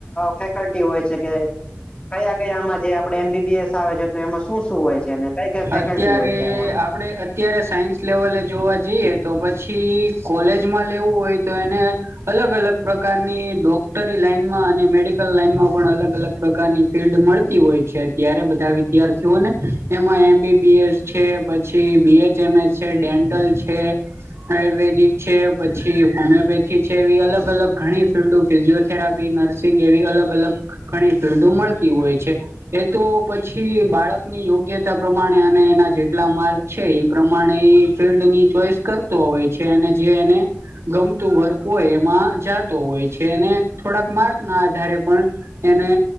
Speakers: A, on the left; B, on the right.
A: ફેકલ્ટી હોય છે કે કયા કયા આમાં જે આપડે એમબીબીએસ આવે છે તો એમાં શું શું હોય છે કઈ કઈ ફેકલ્ટી
B: અત્યારે
A: હોય છે એમાં
B: આપણે અત્યારે સાયન્સ લેવલે જોવા જઈએ તો પછી કોલેજમાં લેવું હોય તો એને અલગ અલગ પ્રકારની ડોક્ટરી લાઈનમાં અને મેડિકલ લાઈન માં પણ અલગ અલગ પ્રકારની ફિલ્ડ મળે હોય છે અત્યારે બધા વિદ્યાર્થીઓને એમાં એમ બીબીસ છે પછી બી એચ એમ એસ છે ડેન્ટલ છે. આયુર્વેદિક છે પછી હોમિયોપેથી છે એવી અલગ અલગ ઘણી ફિલ્ડ ફિઝિયોથેરાપી નર્સિંગ એવી અલગ અલગ ઘણી ફિલ્ડો મળતી હોય છે એ તો પછી બાળકની યોગ્યતા પ્રમાણે અને એના જેટલા માર્ક છે એ પ્રમાણે એ ફિલ્ડની ચોઈસ કર હોય છે અને જે એને ગમતું વર્ક હોય એમાં જતો હોય છે અને થોડાક માર્ક ના આધારે પણ એને